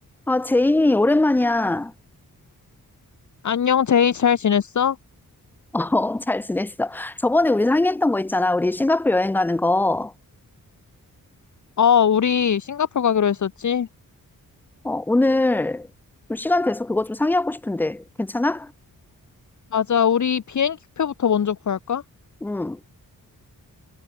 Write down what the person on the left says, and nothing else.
안녕, 제이. 잘 지냈어?
어, 우리 싱가포르 가기로 했었지?
맞아. 우리 비행기표부터 먼저 구할까?